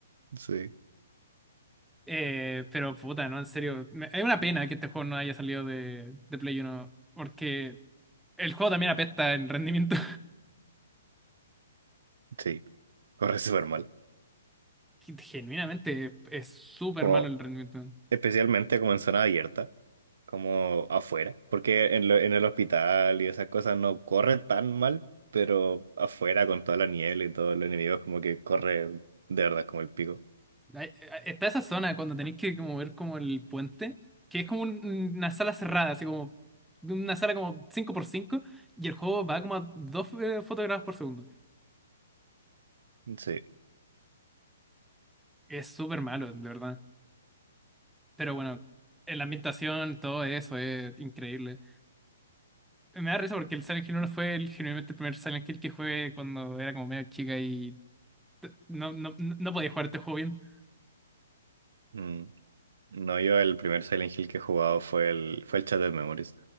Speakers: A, on the right; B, in the centre.
A: sí,
B: Eh, pero puta, no, en serio. me- Es una pena que este juego no haya salido de, de Play uno porque el juego también apesta en rendimiento.
A: sí, corre súper mal.
B: que genuinamente es súper
A: Como,
B: malo el rendimiento.
A: especialmente como en zona abierta, como afuera, porque en, lo- en el hospital y esas cosas no corre tan mal, pero afuera con toda la niebla y todos los enemigos como que corre de verdad como el pico.
B: Hay- Está esa zona cuando tenéis que como ver como el puente, que es como un- una sala cerrada, así como una sala como cinco por cinco y el juego va como a 2 fotogramas por segundo.
A: Sí.
B: Es súper malo, de verdad. Pero bueno, eh, la ambientación, todo eso es increíble. Me da risa porque el Silent Hill 1 fue el, genuinamente el primer Silent Hill que jugué cuando era como medio chica y t- no, no, no podía jugar este juego bien.
A: mm. No, yo el primer Silent Hill que he jugado fue el, fue el Shattered Memories.